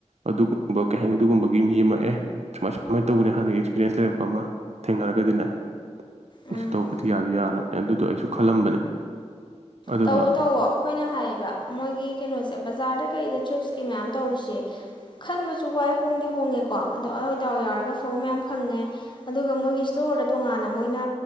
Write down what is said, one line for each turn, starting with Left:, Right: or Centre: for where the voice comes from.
Right: ꯑꯗꯨꯒꯨꯝꯕ ꯀꯩ ꯍꯥꯏꯅꯤ ꯑꯗꯨꯒꯨꯝꯕꯒꯤ ꯃꯤ ꯑꯃꯑ ꯁꯨꯃꯥꯏ ꯁꯨꯃꯥꯏꯅ ꯇꯧꯕꯅꯦ ꯍꯥꯟꯅꯒꯤ ꯑꯦꯛꯁꯄꯤꯔꯤꯌꯦꯦꯟꯁ ꯂꯩꯔꯛꯄ ꯑꯃ ꯊꯦꯡꯅꯔꯒꯗꯤꯅꯦ ꯑꯗꯨ
Left: ꯎꯝ
Right: ꯇꯧꯕꯗꯤ ꯌꯥꯗꯤ ꯌꯥꯔꯕꯅꯦ ꯑꯗꯨꯗꯣ ꯑꯩꯁꯨ ꯈꯜꯂꯝꯕꯅꯦ ꯑꯗꯨꯒ
Left: ꯇꯧꯋꯣ ꯇꯧꯋꯣ ꯑꯩꯈꯣꯏꯅ ꯍꯥꯏꯌꯦꯕ ꯃꯣꯏꯒꯤ ꯀꯩꯅꯣꯁꯦ ꯕꯖꯥꯔꯗ ꯀꯩꯗ ꯇ꯭ꯔꯤꯞꯁꯀꯤ ꯃꯌꯥꯝ ꯇꯧꯔꯤꯁꯦ ꯈꯟꯕꯁꯨ ꯋꯥꯏ ꯍꯣꯡꯗꯤ ꯍꯣꯡꯉꯦꯀꯣ ꯑꯗꯣ ꯑꯩꯋꯥꯏꯗꯥꯎꯏ ꯌꯥꯎꯔꯒ ꯑꯐꯕ ꯃꯌꯥꯝ ꯐꯪꯉꯦ ꯑꯗꯨꯒ ꯃꯣꯏꯒꯤ ꯁ꯭ꯇꯣꯔꯗ ꯇꯣꯉꯥꯟꯅ ꯃꯣꯏꯅ